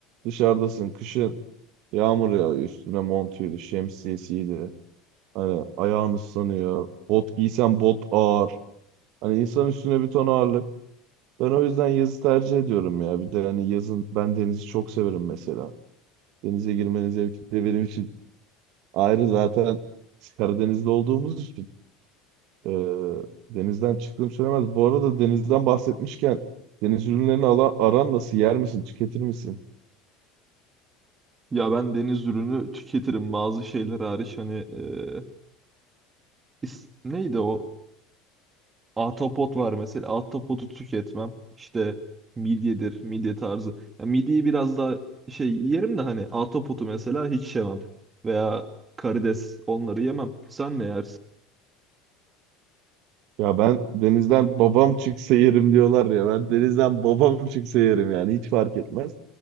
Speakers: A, on the right; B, on the right.
A: dışarıdasın kışın yağmur yağıyor üstüne montuydu şemsiyesiydi hani ayağın ıslanıyor bot giysen bot ağır. Hani insan üstüne bir ton ağırlık. Ben o yüzden yazı tercih ediyorum ya. Bir de hani yazın ben denizi çok severim mesela. Denize girmenin zevki de benim için ayrı zaten biz Karadeniz'de olduğumuz için e, denizden çıktığım söylemez. Bu arada denizden bahsetmişken deniz ürünlerini ala, aran nasıl? Yer misin? Tüketir misin?
B: Ya ben deniz ürünü tüketirim bazı şeyler hariç hani e, is- neydi o? Ahtapot var mesela. Ahtapotu tüketmem. İşte midyedir, midye tarzı. Ya midyeyi biraz daha şey yerim de hani ahtapotu mesela hiç yemem. Veya karides onları yemem. Sen ne yersin?
A: Ya ben denizden babam çıksa yerim diyorlar ya. Ben denizden babam çıksa yerim yani hiç fark etmez.